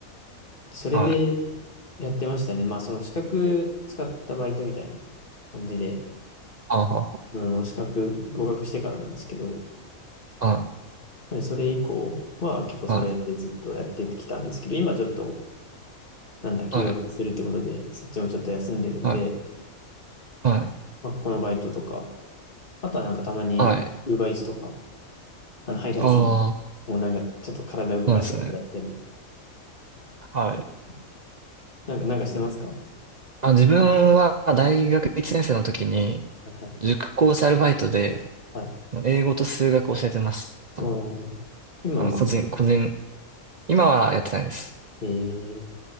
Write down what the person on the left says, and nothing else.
でそれで
やってましたね。まあ、その資格使ったバイトみたいな感じで、
あの資格合格してからなんですけど、
なんでそれ以降は結構それでずっとやってきたんですけど、
今ちょっと、なんだ、休学するってことで、
そっちもちょっと休んでるんで、
まあ、このバイトとか、あとはなんかたまに、
ウーバーイーツとか、あの配達員
もうなんかちょっと体動かしてくれたり
してます。なんか、なんかしてますか
はい。
はい
うん今別に、
え